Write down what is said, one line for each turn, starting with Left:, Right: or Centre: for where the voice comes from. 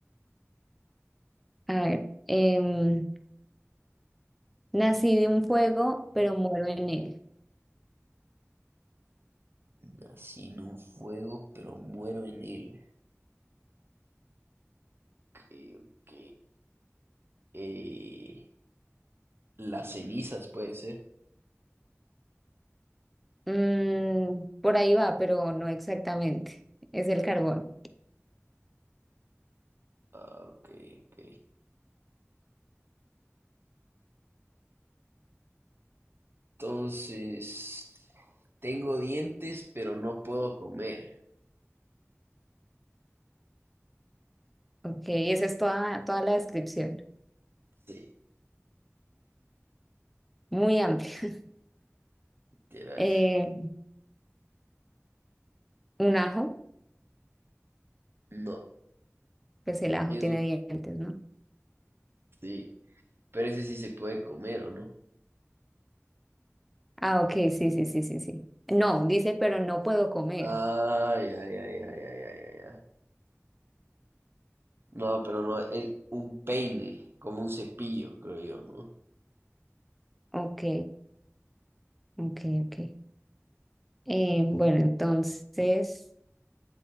Centre: <laughs> A ver, em, nací de un fuego, pero muero en él.
Right: Nací en un fuego, pero muero en él. Ok, ok. Eh, las cenizas puede ser.
Centre: Mm, por ahí va, pero no exactamente. Es el carbón.
Right: Ah, ok, ok. Entonces, tengo dientes, pero no puedo comer.
Centre: Ok, esa es toda, toda la descripción.
Right: Sí,
Centre: Muy amplia. <laughs>
Right: literal.
Centre: Eh, un ajo,
Right: No,
Centre: pues el ajo
Right: eso
Centre: tiene dientes, ¿no?
Right: sí. Pero ese sí se puede comer, ¿o no?
Centre: Ah, ok, sí, sí, sí, sí, sí. No, dice, pero no puedo comer.
Right: Ay, ay, ay, ay, ay, ay, ay. ay. No, pero no, es un peine, como un cepillo, creo yo, ¿no?
Centre: Ok. Ok, ok. Eh, bueno, entonces,